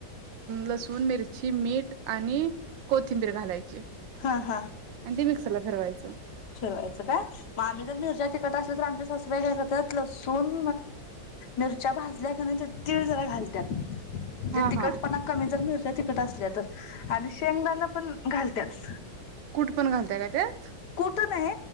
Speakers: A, on the right (about 75°); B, on the left (about 65°).
A: लसूण, मिरची, मीठ. आणि कोथिंबीर घालायची.
B: हा हा
A: आणि ते मिक्सरला फरवायचं. च.
B: फिरवायचं काय म आम्ही जर मिरच्या तिकट असल तर आमच्या सासूबाई काय करतात. लसूून मिरच्या भाजल्या का नाही त्यात तीळ जरा घालतात.
A: हा
B: जे तिकखटपणा
A: हा
B: कमी जर मिरच्या तिकट असल्यात. आणि शेंगदाणा पण घालत्यात.
A: कुठ पण घालताय का त्यात.
B: त नाही.